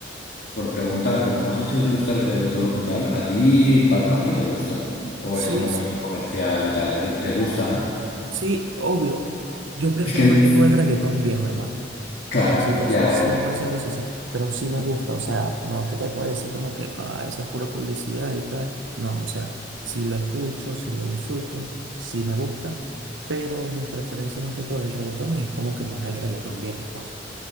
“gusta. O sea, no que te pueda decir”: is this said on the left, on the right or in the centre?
Right